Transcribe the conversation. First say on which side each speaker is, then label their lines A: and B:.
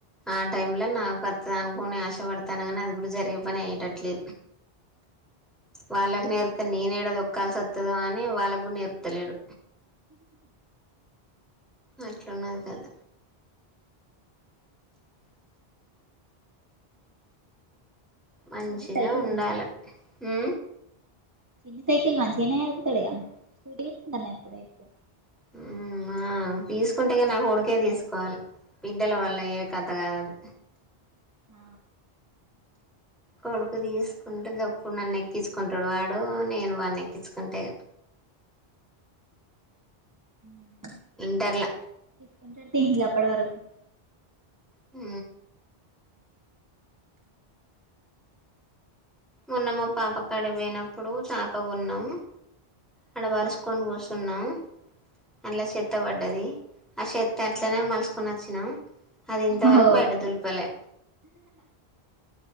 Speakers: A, in the centre; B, on the right.
A: ఆ టైమ్ లో నాకు వత్తది అనుకోని ఆశపడతాను గానీ, అది కూడా జరిగే పని అయ్యేట ట్లే వాల్లకి
B: అయితదిలే
A: నేర్తితే నేనేడ దొక్కాల్సి వత్తది తథా అని వాళ్ళకి గుడ నేర్పుతలేడు అట్లున్నది కథ మంచిగా
B: చిన్న సైకిల్
A: ఉండాలే ఊ
B: చిన్ని సైకిల్ మంచిగానే తొక్కుతాడుగా స్కూటీగుడ <unintelligible> తాడు అయితే
A: హ్మ్ ఆ తీసుకుంటేగినా నా కొడుకే తీసుకోవలే బిడ్డల వల్ల
B: ఆ
A: అయ్యే కథ కాదు అది
B: ఆ
A: కొడుకు తీసుకుంటే గప్పుడు నన్ను ఎక్కించుకుంటాడు వాడు నేను వాన్ని ఎక్కించుకుంటే
B: హ్మ్
A: ఇంటర్ల
B: కొంటడ్తీ ఇగ అప్పటి వరకు
A: ఊ మొన్న మా పాప కాటికీ పోయినప్పుడు చాప కొన్నాం అడ
B: ఆ
A: బరుసుకొని కూర్చున్నాం అండ్లా
B: ఆ
A: చెత్త బడ్డది ఆ చెత్త అట్లనే
B: ఆ
A: మలుచుకొని వొచ్చినాం అది ఇంతవరకు
B: ఓహో
A: బయట దులపలే